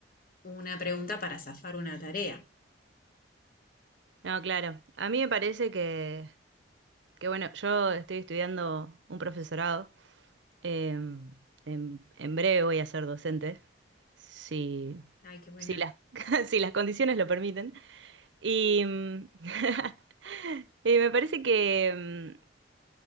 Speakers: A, on the left; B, on the right.
A: una pregunta para zafar una tarea.
B: No, claro. A mí me parece que, que bueno, yo estoy estudiando un profesorado. eh, en, en breve voy a ser docente, si,
A: Ay, qué bueno.
B: si las, <laughs> si las condiciones lo permiten. Y, mm, <laughs> y me parece que, mm,